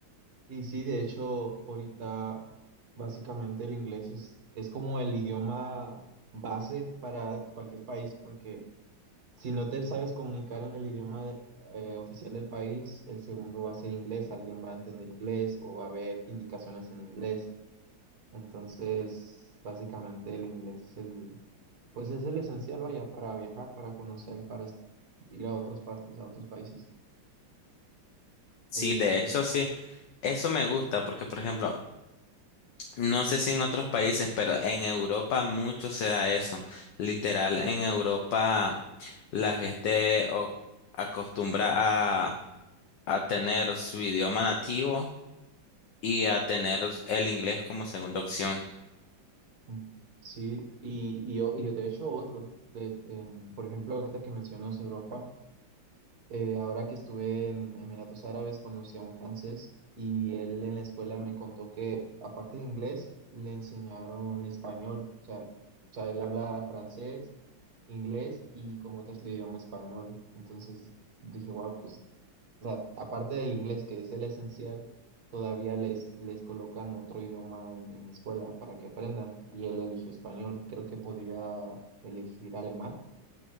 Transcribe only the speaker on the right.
y sí, de hecho, ahorita básicamente el inglés es, es como el idioma base para cualquier país, porque si no te sabes comunicar en el idioma de- eh, oficial del país, el segundo va a ser inglés, alguien va a entender inglés o va a haber indicaciones en inglés. Entonces, básicamente el inglés es el, Pues es el esencial, vaya, para viajar, para conocer, para s- ir a otras partes, a otros países.
Este,
mm, sí, y, y, yo, y yo, de hecho otros, de, en- por ejemplo, ahorita que mencionas Europa, eh, ahora que estuve en Emiratos Árabes, conocí a un francés y él en la escuela me contó que aparte de inglés, le enseñaron español, o sea, o sea, él habla francés, inglés y como tercer idioma español. Entonces dije, wow, pues O sea, aparte del inglés, que es el esencial, todavía les, les colocan otro idioma en, en la escuela para que aprendan. Y él eligió español. Creo que podía elegir alemán,